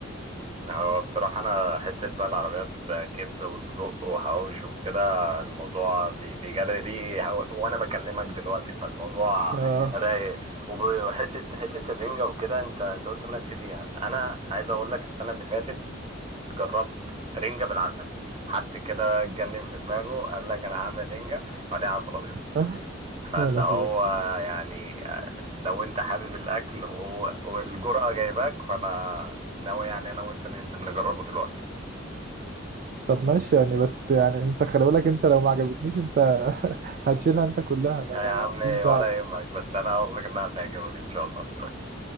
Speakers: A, on the right (about 30°); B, on the right (about 45°).
A: هو بصراحة أنا حتة بقى العربيات كبدة وسجق وحواوش وكده الموضوع بي- بيجري ريقي هو- وأنا بكلمك دلوقتي فالموضوع
B: آه.
A: رايق وب- وحتة حتة الرنجة وكده أنت أنت قلت مالكش فيها أنا عايز أقول لك السنة اللي فاتت جربت رنجة بالعسل حد كده اتجنن في دماغه قال لك أنا هعمل رنجة عليها عسل أبيض
B: <laughs>
A: فاللي
B: يا لهوي
A: هو يعني لو انت حابب الاكل و- والجرأة جايباك فانا ناوي يعني انا وانت ننزل نجربه دلوقتي
B: طب ماشي يعني بس يعني انت خلي بالك انت لو ما عجبتنيش انت <laughs> هتشيلها انت كلها انا
A: يا عم ولا
B: ماليش دعوة
A: يهمك بس انا قصدك انها تعجبك ان شاء الله <laughs>